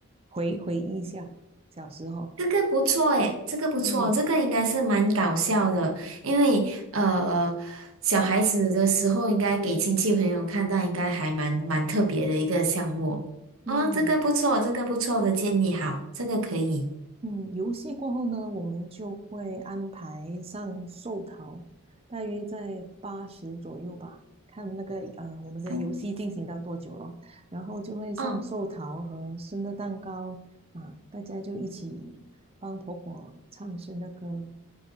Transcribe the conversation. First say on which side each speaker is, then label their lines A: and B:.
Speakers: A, on the right; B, on the right.
A: 回回忆一下小时候。
B: 这个不错诶，这个不错，
A: 嗯
B: 这个应该是蛮搞笑的，因为呃，小孩子的时候应该给亲戚朋友看到，应该还蛮蛮特别的一个项目哦，
A: 嗯。
B: 这个不错，这个不错的建议，好，这个可以。
A: 嗯，游戏过后呢，我们就会安排上寿桃，大约在八十左右吧，看那个呃我们的游戏进行到多久了，
B: 嗯，
A: 然后就会上寿桃和生日蛋糕啊，
B: 哦，
A: 大家就一起帮婆婆唱生日歌，